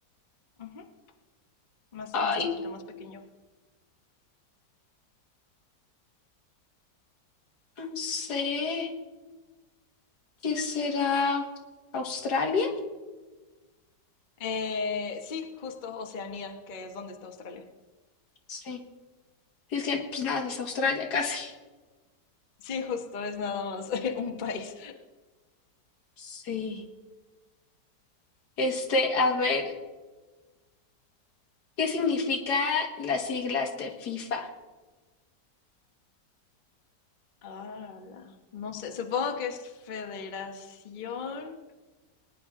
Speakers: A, on the left; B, on the left.
A: Ujú, Más,
B: Ay,
A: más chiquito, más pequeño.
B: no sé. ¿Qué será? ¿Australia?
A: Eh, sí, justo Oceanía, que es donde está Australia.
B: Sí. Es que pues nada, es Australia casi.
A: Sí, justo, es nada más <laughs> un país.
B: Sí. Este, a ver, ¿qué significa las siglas de FIFA?
A: Ah, no sé, supongo que es Federación